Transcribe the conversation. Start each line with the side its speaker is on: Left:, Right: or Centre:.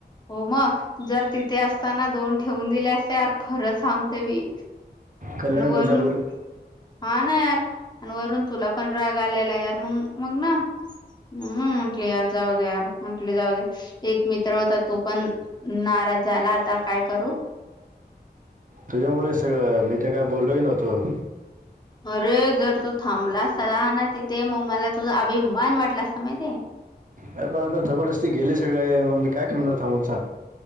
Left: हो मग जर तिथे असताना दोन ठेवून दिले असते यार खरंच सांगते मी
Right: कल्याण
Left: आणि वरून
Right: बदलापूर
Left: हा ना यार आणि वरून तुला पण राग आलेला यार मग मग ना हं म्हटले यार जाऊ दे यार म्हटले जाऊ दे एक मित्र होतात तो पण नाराज झाला आता काय करू
Right: तुझ्यामुळे सगळं मी तर काय बोललोही नव्हतो
Left: अरे जर तू थांबला असताना तिथे मग मला तुझा अभिमान वाटला असता माहितीये
Right: अर पण आता जबरदस्ती गेले सगळे मग मी काय करणार थांबून सांग